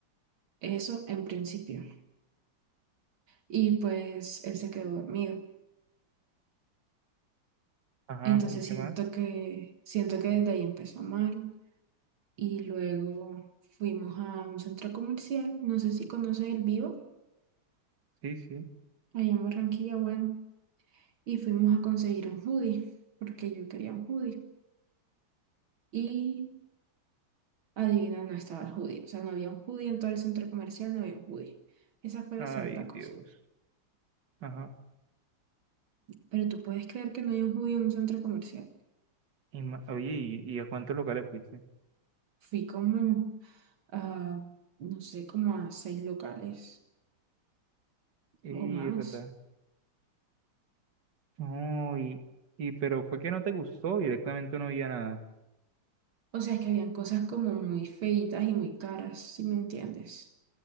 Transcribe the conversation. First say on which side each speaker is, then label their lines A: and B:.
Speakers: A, on the right; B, on the right.
A: eso en principio, y pues él se quedó dormido.
B: Ajá,
A: Entonces
B: ¿y qué
A: siento
B: más?
A: que, siento que desde ahí empezó mal y luego fuimos a un centro comercial, no sé si conoces El Vivo,
B: Sí, sí.
A: allá en Barranquilla, bueno, y fuimos a conseguir un hoodie, porque yo quería un hoodie. Y adivina, no estaba el hoodie, o sea, no había un hoodie en todo el centro comercial, no había un hoodie. Esa fue
B: Ay,
A: la segunda cosa.
B: Dios. Ajá.
A: Pero tú puedes creer que no hay un hoodie en un centro comercial.
B: Y ma- oye, ¿y, y a cuántos locales fuiste?
A: Fui como a, no sé, como a seis locales
B: Y,
A: o más.
B: verdad. No, y, y, pero fue que no te gustó, directamente no había nada.
A: O sea, es que habían cosas como muy feitas y muy caras, si me entiendes.